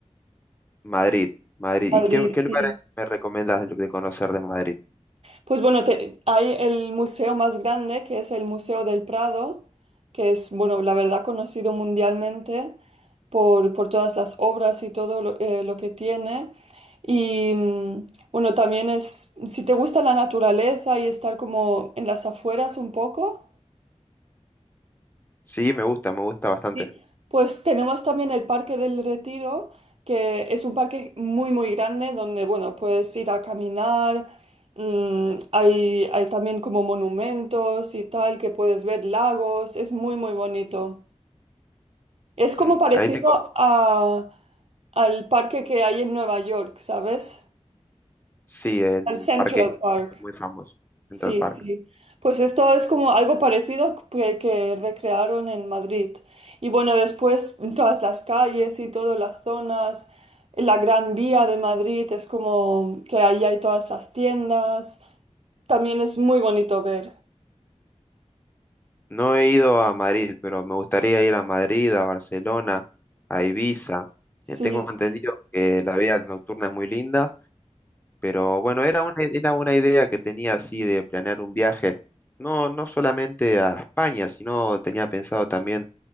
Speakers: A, on the left; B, on the right.
A: Madrid, Madrid.
B: Madrid,
A: ¿Y qué, qué
B: sí.
A: lugares me recomiendas de de conocer de Madrid?
B: Pues bueno, te- hay el museo más grande, que es el Museo del Prado, que es, bueno, la verdad conocido mundialmente por, por todas las obras y todo lo, eh, lo que tiene. Y mm, bueno, también es, si te gusta la naturaleza y estar como en las afueras un poco.
A: Sí, me gusta, me gusta bastante.
B: Sí. Pues tenemos también el Parque del Retiro, que es un parque muy, muy grande donde, bueno, puedes ir a caminar. mm, hay, hay también como monumentos y tal, que puedes ver lagos. Es muy, muy bonito. Es como
A: Mm,
B: parecido
A: ahí tengo,
B: a, al parque que hay en Nueva York, ¿sabes?
A: sí, el
B: Al Central
A: parque
B: Park.
A: este es muy famoso, Central
B: Sí,
A: Park.
B: sí. Pues esto es como algo parecido que, que recrearon en Madrid. Y bueno, después todas las calles y todas las zonas, la Gran Vía de Madrid es como que ahí hay todas las tiendas. También es muy bonito ver.
A: No he ido a Madrid, pero me gustaría ir a Madrid, a Barcelona, a Ibiza.
B: Sí,
A: Eh, Tengo
B: sí.
A: entendido que la vida nocturna es muy linda Pero bueno, era una, era una idea que tenía así de planear un viaje, no, no solamente a España, sino tenía pensado también